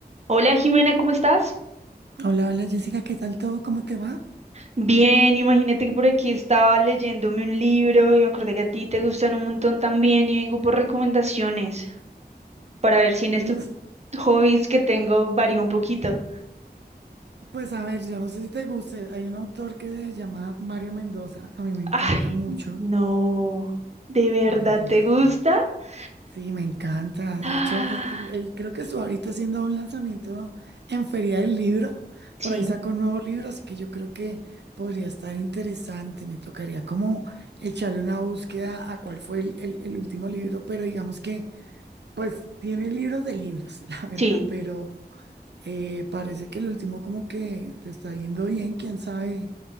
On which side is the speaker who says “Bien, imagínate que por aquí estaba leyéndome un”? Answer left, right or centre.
Right